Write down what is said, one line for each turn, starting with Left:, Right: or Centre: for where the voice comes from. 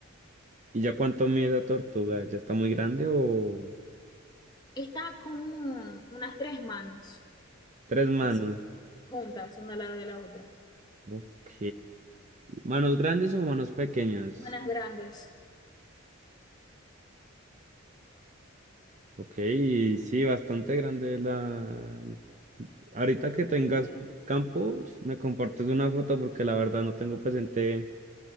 Right: ¿Y ya cuánto mide la tortuga? ¿Ya está muy grande o...?
Left: Está como unas tres manos,
Right: Tres manos.
Left: así, juntas, una al lado de la otra.
Right: Ok. ¿Manos grandes o manos pequeñas?
Left: Manos grandes.
Right: Ok, y sí, bastante grande la... Ahorita que tengas
Left: Sí.
Right: campo, me compartes una foto porque la verdad no tengo presente